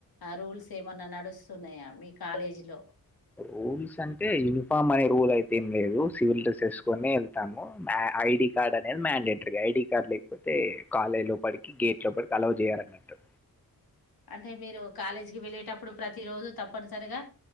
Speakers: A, on the left (about 75°); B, in the centre.
A: రూల్స్ ఏ ఏమన్నా నడుస్తున్నాయా మీ కాలేజీ లో
B: రూల్స్ అంటే యూనిఫామ్ అనే రూల్ అయితే ఏం లేదు సివిల్ డ్రెస్ వేసుకొనే వెళ్తాము ఐడి క అనేది మ్యాండేటర ఐడి కార్డ్ లేకపోతే కాలేజ్ లో పడికి గేట్ లో పడికి అల్లో చేయన్నట్టు
A: అంటే మీరు కాలేజీకిి వెళ్ళేటప్పుడు ప్రతి రోజు తప్పనిసరిగా